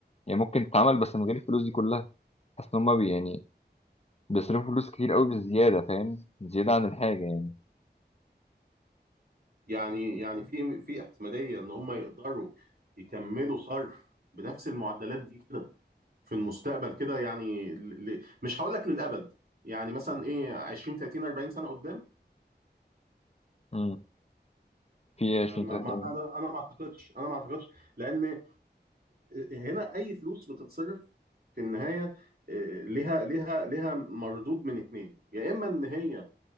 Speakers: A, on the left; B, on the right.
A: يعني ممكن تتعمل بس من غير الفلوس دي كلها حاسس ان هم بي يعني بيصرفوا فلوس كتير قوي بالزياده فاهم زياده عن الحاجه يعني
B: يعني يعني في في احتمالية ان هم يقدروا يكملوا صرف بنفس المعدلات دي كده في المستقبل كده يعني ل... ل- مش هقول لك للأبد يعني مثلا ايه 20 30 40 سنة قدام
A: امم في
B: ما...
A: 20
B: ما...
A: 30
B: ما...
A: يوم.
B: انا انا ما اعتقدش انا ما اعتقدش لأن هنا اي فلوس بتتصرف في النهاية آه، ليها ليها ليها مردود من اتنين يا اما ان هي